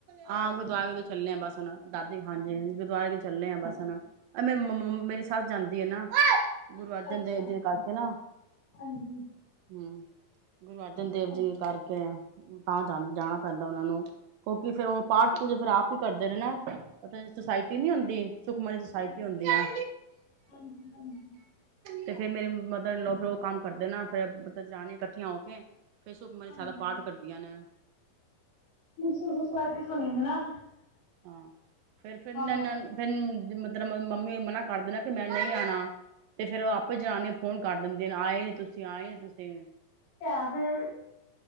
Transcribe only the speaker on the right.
ਹਾਂ ਗੁਰਦੁਆਰੇ ਤੋਂ ਚੱਲੇ ਆ ਬਸੁਣ ਦਾਦੀ ਹਾਂਜੀ ਹ ਗੁਰਦਆਰੇ ਚੱਲੇ ਆਾਂ ਬਸੁਣ ਮੇ ਮੰ ਮੇਰੀ ਸਸ ਜਾਂਦੀ ਆ ਨਾ ਗੁਰੂ
ਅਰਜਨ
ਦੇਵ ਜੀ ਦੇ ਕਰਕੇ ਨਾ ਹਮ
ਗੁਰੂ ਅਰਜਨ
ਦੇਵ
ਜੀ
ਕਰਕੇ ਤਾਂ ਜਾਣਾ ਪੈਂਦਾ ਉਹਨਾਂ ਨੂੰ ਕਿਉਂਕਿ ਫੇਰ ਉਹ ਪਾਠ ਪੂਜਾ ਫੇਿਰ ਆਪ ਹੀ ਕਰਦੇ ਨੇ ਨਾ ਪਤਾ ਸੋਸਾਇਟੀ
ਨੀ ਹੁੰਦੀ
ਸੁਖਮਣੀ ਸੋਸਾਇਟੀ
ਹੁੰਦੀ ਆ
ਤੇ ਫੇਿਰ ਮੇਰੀ ਮਦਰ ਲਓ ਫਿਰ ਉਹ ਕੰਮ ਕਰਦੇ ਨਾ ਫਿਰ ਮਤਲਬ ਜਾਣ ਇਕੱਠੀਆਂ ਹੋ ਕੇ ਫਿਰ ਸੁਖਮਨੀ
ਸਾਹਿਬ ਦਾ ਪਾਠ ਕਰਦੀਆਂ ਨੇ
ਹਾਂ ਫੇਿਰ
ਫਿਰ
ਫਿਰ ਜ ਮੰਮੀ ਮਨਾ ਕਰਦੇ ਨਾ ਕਿ ਮੈਂ ਨਹੀਂ ਆਉਣਾ ਤੇ ਫੇਿਰ ਉਹ ਆਪ ਜ ਜਾਣ ਫੋਨ ਕਰ ਦਿੰਦੇ ਨੇ ਆਏ ਹੀ ਨ ਤੁਸੀਂ ਆਏ ਨ ਤੁਸੀਂ